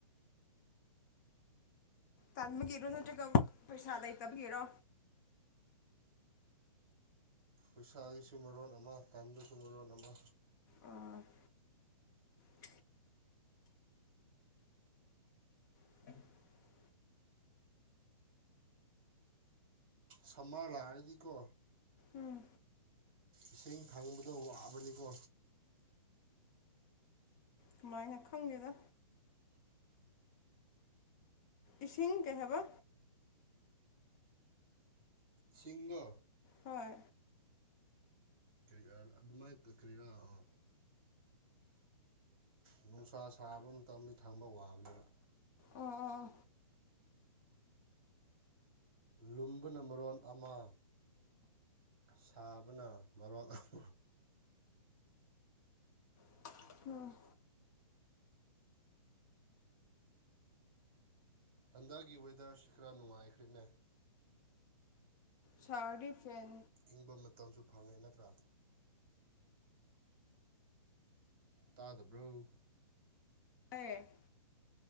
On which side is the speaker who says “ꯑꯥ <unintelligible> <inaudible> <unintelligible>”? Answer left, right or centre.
Left